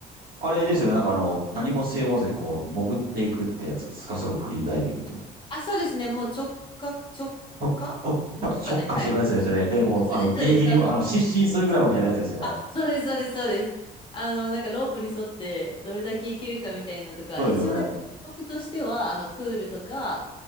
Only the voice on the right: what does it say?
あれですよね。なんか、あの、何も背負わずに、こう、潜っていくってやつですかそのフリーダイビングっていうのは。
特特特化していくやつですよね。
で、もう、
あの、ギリギリ、
あの、失神するぐらいまでやるやつですよね。
そうですよね。